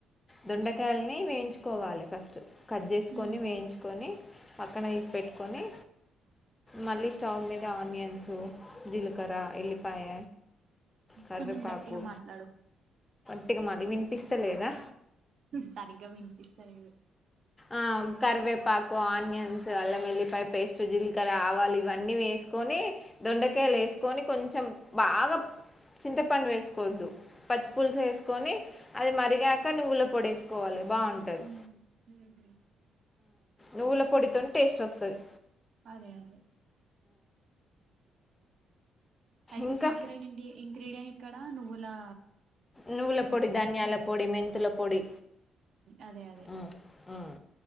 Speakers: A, on the left; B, on the right.
A: దొండకాయలని వేయించుకోవాలి ఫస్ట్ కట్ చేసుకొని
B: మ్మ్.
A: వేయించుకొని పక్కన తీసి పెట్టుకొని మళ్ళీ స్టవ్ మీద ఆనియన్స్ జీలకర ఎల్లిపాయ కరివేపాకు
B: కొంచెం గట్టిగా మాట్లాడు
A: గట్టిగా మాలి వినిపిస్త లేదా
B: సరిగ్గా వినిపిస్తలేదు
A: ఆ కరివేపాకు ఆనియన్స్ అల్లం ఎల్లిపాయ పేస్టు జీలకర్ర ఆవాలు ఇవన్నీ వేసుకొని దొండకాయలు
B: ఉమ్
A: వేసుకొని కొంచెం బాగా చింతపండు వేసుకోవద్దు పచ్చి పులుసు వేసుకొని అది మరిగాక నువ్వుల పొడి వేసుకోవాలి బాగుంటుంది
B: ఉమ్ ఉహు
A: నువ్వుల పొడితో టేస్ట్ వస్తది
B: అది కాదు అయితే
A: ఇంకా
B: సీక్రెట్ ఇన్ ఇంక్రీడియం ఇక్కడ నువ్వులా
A: నువ్వుల పొడి ధనియాల పొడి మెంతుల పొడి
B: అదే అదే
A: ఉమ్, ఉమ్,